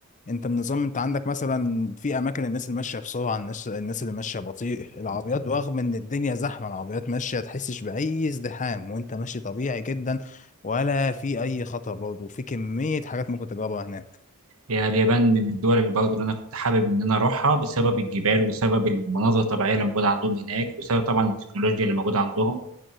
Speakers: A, on the left; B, on the right.
A: انت النظام انت عندك مثلا في اماكن الناس اللي ماشيه بسرعه الناس الناس اللي ماشيه بطيء العربيات رغم ان الدنيا زحمه العربيات ماشيه تحسش باي ازدحام وانت ماشي طبيعي جدا ولا في اي خطر برضه في كميه حاجات ممكن تجربها هناك
B: هي اليابان من الدول اللي برضه اللي انا كنت حابب ان انا اروحها بسبب الجبال وسبب المناظر الطبيعيه اللي موجوده عندهم هناك وسبب طبعا التكنولوجيا اللي موجوده عندهم